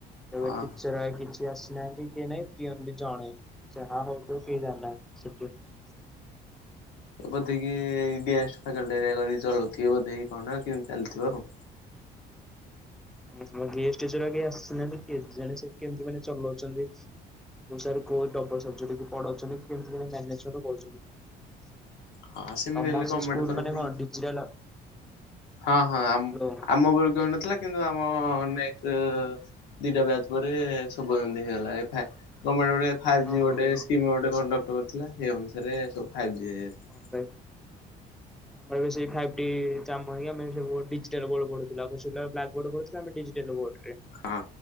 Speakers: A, in the centre; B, on the left.
A: ଏବେ
B: ଅହ
A: ଟିଚର କିଛି ଆସିନାହାନ୍ତି କିଏ ନାହିଁ ପିଅନ ବି ଜଣେ <unintelligible> କେହି ଜାଣି ନାହିଁନ୍ତି ସେଠି <unintelligible>
B: ବୋଧକି ଗେଷ୍ଟ ଫାକ୍ଲଟି ଏକା କରିକି ଚଳଉଥିବ ବୋଧେ କି କଣ କେମତି ଚାଲିଥିବ ଆଉ
A: ହଁ ଆମ ଗେଷ୍ଟ ସାର ଆସିନାହାଁନ୍ତି କେଜାଣି ସେ କେମିତି ମାନେ ଚଲଉଛନ୍ତି ମୁଁ ସାର୍ କୋ ଡବଲ ସବଜେକ୍ଟ ପଢଉଛନ୍ତି କେମିତି କଣ ମ୍ୟାନେଜ କରୁଛନ୍ତି। <inaudible>
B: ହଁ ସେମିତି
A: ତମର୍
B: ହେଲେ
A: ସେ
B: ଗମେଣ୍ଟ
A: ସ୍କୁଲ
B: ତରଫରୁ
A: ମାନେ କଣ ଡିଜିଟାଲ?
B: ହଁ ହଁ ଆମ,
A: ହ୍ୟାଲୋ
B: ବଳକୁ ନଥିଲା କିନ୍ତୁ ଆମ ନେଷ୍ଟ ଦିଟା ବ୍ୟାଚ ପରେ ସବୁ ଏମିତି ହେଇଗଲା ଏ ଫ୍ୟାଟ୍ ଫାଇଭ୍
A: ହଁ
B: ଜି ଗୋଟେ
A: ଭାଇ ହଁ
B: ସ୍କିମ୍ ଗୋଟେ କଣ୍ଡକ୍ଟ କରିଥିଲା ସେଇ ଅନୁସାରେ ସବୁ ଫାଇଭ ଜି ହେଇଯାଇଥିଲା।
A: <unintelligible> ଆମର ବି ଫାଇଭ୍ ଡ଼ି କାମ ହିଁ ଆମେ ଡିଜିଟାଲ ବୋର୍ଡରେ ପଢୁଥିଲୁ ଆଗରୁ ସେ ପିଲା ବ୍ଲାକ୍ ବୋର୍ଡରେ କରୁଥିଲୁ ଆମେ ଡିଜିଟାଲ ବୋଡିରେ
B: ହଁ